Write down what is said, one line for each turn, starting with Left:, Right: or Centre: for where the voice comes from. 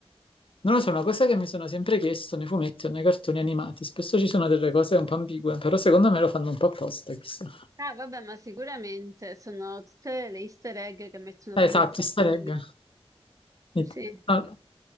Left: non lo so, è una cosa che mi sono sempre chiesto nei fumetti o nei cartoni animati, spesso ci sono delle cose un po' ambigue, però secondo me lo fanno un po' apposta, chissà.
Right: ah, vabbè, ma sicuramente sono tutte le easter egg che mettono
Left: Eh,
Right: per
Left: Esatto,
Right: i genitori.
Left: easter egg.
Right: Eh
Left: Mi,
Right: Sì,
Left: no,